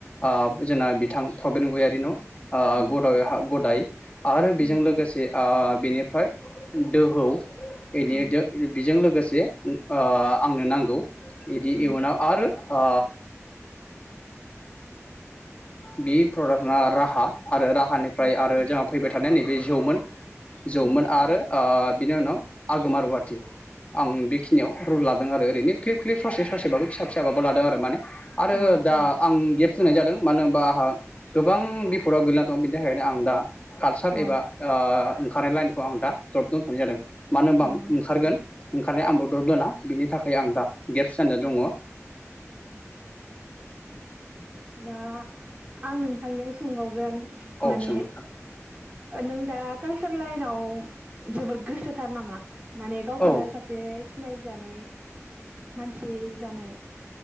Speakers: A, on the left; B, on the right.
A: ओ जोंना बिथां प्रबेन गयारि न' आ
B: उम
A: ग'दग हा गदाय आरो बेजों
B: उम
A: लोगोसे आ बिनिफ्राय दोहौ एनि
B: उम
A: <unintelligible> बिजों लोगोसे उम ओ आंनो नांगौ इदि
B: उम
A: इयुनाव आरो ओ बि प्रडाक्टआ राहा आरो राहानिफ्राय
B: अ
A: आरो जोंहा फैबाय थानाय नैबे जौमोन जौमोन
B: उम
A: आरो ओ बिनि उनाव आगोमा रुवाटि आं बेखिनियाव रुल लादों आरो ओरैनो क्लिप क्लिप ससे
B: उम
A: ससेबाबो फिसा फिसाबाबो लादों आरो माने आरो
B: अ
A: दा आं गिफ्टस होननाय जादों मानो बा आहा गोबां बिफदाव गोलैना दं बिनि थाखायनो आं दा कालसार
B: अ
A: एबा ओ ओंखारनाय लाइनखौ आं दा द्रप दंथ'नाय जादों मानो होनबा
B: अ
A: आं ओंखारगोन ओंखारनाय आंबो द्रब दोना बिनि थाखाय आं दा गेप्स जाना दङ। <unintelligible>
B: दा आं नोंथांनियाव सोंबावगोन
A: औ
B: माने
A: सों नोंथां
B: ओ नों दा खाल सार लाइनाव जोबोद गोसोथार नामा माने गावखौनो
A: औ
B: सासे सिनाय जानाय मानसि जानाय?